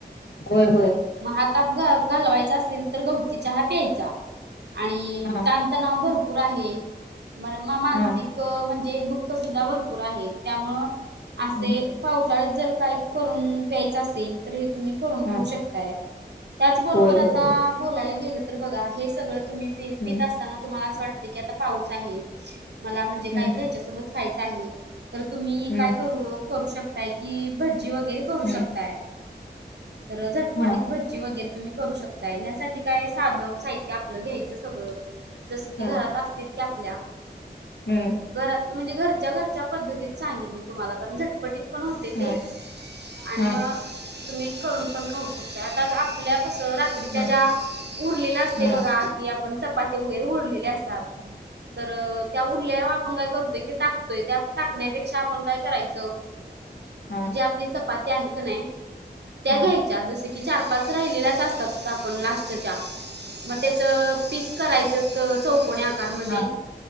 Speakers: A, on the left; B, on the right.
A: होय, होय.
B: मग हा ताप घालवायचा असेल तर गवती चहा प्यायचा आणि
A: हा
B: ताण तणाव भरपूर आहे म मानसिक
A: हा
B: म्हणजे दुःख सुद्धा भरपूर आहे त्यामुळं असे
A: हम्म,
B: पावसाळ्यात जर काही करून प्यायचं असेल तर हे तुम्ही करून पिऊ
A: हा
B: शकताय. त्याचबरोबर
A: होय
B: आता
A: होय होय
B: बोलायला गेलं तर बघा हे सगळं तुम्ही
A: हम्म
B: पित असताना तुम्हाला वाटत आता कि पाऊस आहे मला म्हणजे
A: हम्म
B: याच्यासोबत काहीतरी खायचं आहे तर तुम्ही
A: हम्म
B: काय करू करू शकताय कि भजी वगैरे करू शकताय.
A: हम्म
B: तर झटपटीत
A: हा
B: भज्जी वगैरे तुम्ही करू शकताय ह्यासाठी काय साध साहित्य आपलं घ्यायचं सगळं जस की
A: हा
B: घरात असतंच की आपल्या
A: हम्म.
B: घरात म्हणजे घरच्या, घरच्या पद्धतीत सांगेन मी तुम्हाला कारण झटकन पटीत पण होते ते
A: हा
B: आणि
A: हा
B: मग तुम्ही करून पण खाऊ शकता आणि आता आपल्या कस् त्रीच्या
A: हा
B: ज्या उरलेल्या असते
A: हा
B: बघा की आपण चपाती वगैरे उरलेले असतात तर त्या उरल्यावर आपण काय करतोय की टाकतोय त्या टाकण्यापेक्षा आपण काय करायचं?
A: हा
B: की ज आपली चपाती आहे का नाही त्या
A: हा
B: घ्यायच्या
A: हा
B: जस की चार पाच चार-पाच राहिलेल्याच असतात आपण लास्ट च्या मग त्याच पीस करायचंत चौकणी आकारमध्ये
A: हा हा हा